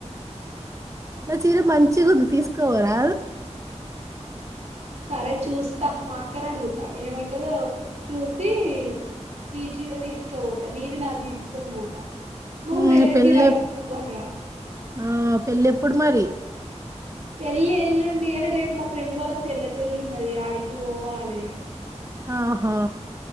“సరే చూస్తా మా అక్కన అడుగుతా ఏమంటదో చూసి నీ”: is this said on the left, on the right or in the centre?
Right